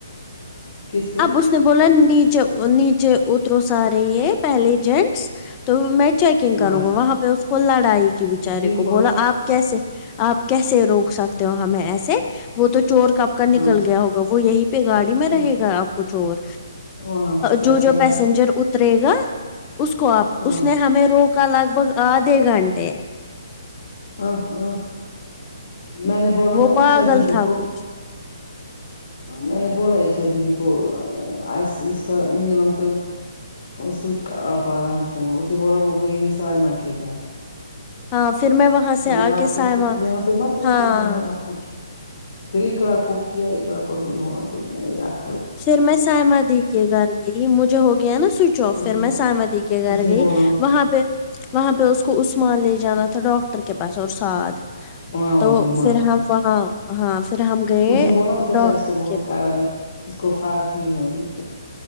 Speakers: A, on the left (about 55°); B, on the left (about 20°).
A: کس پہ
B: اب اس نے بولا نیچے نیچے اترو سے یہ پہلے جینٹس تو میں چیک انگ کرو
A: اچھا
B: گا وہاں پہ اس کو لڑائی کے بچارے
A: وہ ٹھیک
B: کو
A: ہو
B: بولا
A: گئے
B: آپ کیسے آپ کیسے روک سکتے ہو ہمیں ایسے وہ تو چور کب کا نکل
A: ہاں
B: گیا ہوگا وہ یہی پہ گاڑی میں
A: ہاں
B: رہے گا آپ کو چور
A: ہاں سچ
B: جو جو
A: ہی بات
B: پیسنجر
A: ہے
B: اترے گا اسکو آپ
A: ہاں
B: اس نے ہمیں روکا لگ بھگ آدھے گھنٹے
A: ہاں ہاں میں نے بولا
B: وہ
A: نا
B: پاگل
A: ارشا دیدی
B: تھا
A: کو
B: کچھ
A: میں نے بولا ارشا دیدی کو کوااس کا نعلم کا سوئچ آف آ رہا ہے فون اسے بولا وہ گئی ہے سائمہ کے گھر
B: ہاں پھر میں وہاں سے
A: میں
B: آ
A: نے آپ
B: کے سائما
A: کو کیا یہاں پہ مت رکھو
B: ہاں
A: میں نے آپ پھر اک ر کو کیا اکر کو نہیں ہوا تو میں نے ر
B: پھر میں سائمہ دی کے گھر گئی مجھے ہو گیا نا سوئچ آف پھر
A: ہاں
B: میں سائمہ دی کے گھر
A: اس نے
B: گئی
A: بولا
B: وہاں پہ وہاں پہ اس کو عثمان لے جانا تھا ڈاکٹر کے پاس اور سعد
A: ہاں وہ
B: تو
A: بیمار
B: پھر
A: تھا
B: ہم وہاں ہاں پھر ہم گئے
A: اس نے بولا اس کا
B: ڈاکٹر
A: چیسٹ بہت
B: کے
A: خراب ہے اس کو فارق نہیں ہو رہی ہے